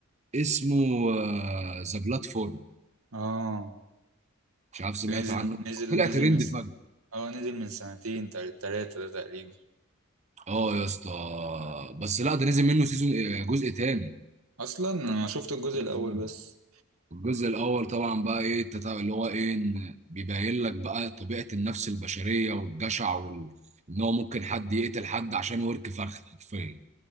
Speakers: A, on the right; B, on the right.
A: اسمه ذا بلاتفورم
B: آه
A: مش عارف سمعت
B: ده نزل
A: عنه
B: نزل
A: طلع
B: نزل
A: ترند
B: من س-
A: فجأة
B: آه نزل من سنتين تل- تلاتة ده تقريبا
A: اه يا اسطى بس لا ده نزل منه سيزون آه، جزء تاني
B: أصلا أنا شفت الجزء
A: مم.
B: الأول بس
A: الجزء الاول طبعا بقى ايه التتا- اللي هو ايه إن بيبين لك بقى طبيعه النفس البشريه والجشع وال... ان هو ممكن حد يقتل حد عشان ورك فرخه حرفيا